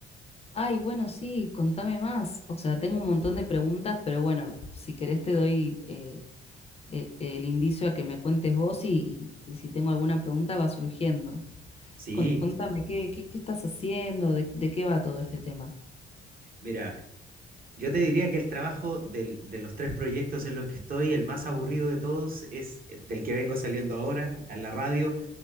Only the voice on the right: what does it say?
Sí,
mira, yo te diría que el trabajo del- de los tres proyectos en los que estoy, el más aburrido de todos es eh, del que vengo saliendo ahora, acá en la radio,